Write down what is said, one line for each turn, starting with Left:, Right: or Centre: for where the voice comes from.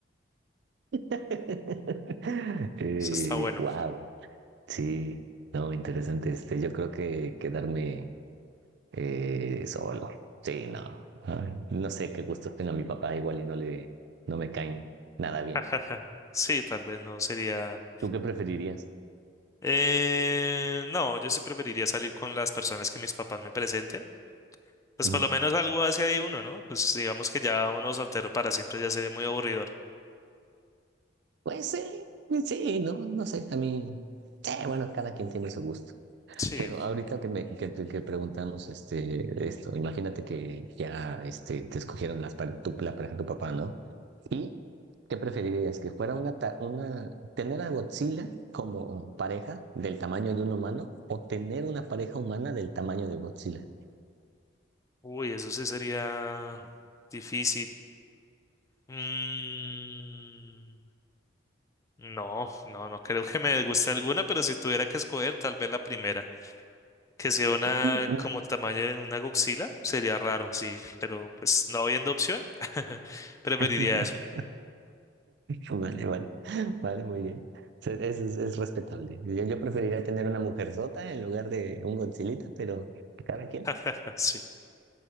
Right: <laughs> Eh,
Left: Eso está bueno.
Right: wow. Sí, no, interesante. Este, yo creo que quedarme eh, solo. Sí, no. Ay, No sé qué gustos tenga mi papá, igual y no le, no me caen nada bien.
Left: <laughs> Sí, tal vez no sería.
Right: ¿Tú qué preferirías?
Left: Eh, no, yo sí preferiría salir con las personas que mis papás me presenten. Pues
Right: Ujú.
Left: por lo menos algo hace ahí uno, ¿no? Pues digamos que ya uno soltero para siempre ya sería muy aburridor.
Right: Pues sí, sí, no, no sé. A mí, sí, bueno, cada quien tiene su gusto.
Left: Sí.
Right: Pero ahorita que me que, te- que preguntamos este esto, imagínate que ya este, te escogieron las, par- tu, la pareja de tu papá, ¿no? ¿Y qué preferirías? ¿Que fuera una, ta- una, tener a Godzilla como pareja del tamaño de un humano o tener una pareja humana del tamaño de Godzilla?
Left: Uy, eso sí sería difícil. Mm, no, no, no creo que me guste alguna, pero si tuviera que escoger, tal vez la primera. Que sea una
Right: Ujú.
Left: como tamaño de una goxila, sería raro, sí, pero pues no habiendo opción, <laughs> preferiría
Right: <laughs>
Left: eso.
Right: Vale, vale, vale, muy bien. O sea, Es, es, es respetable. Yo, yo preferiría tener una mujer sota en lugar de un Godzillita, pero cada quien.
Left: Ah, Sí,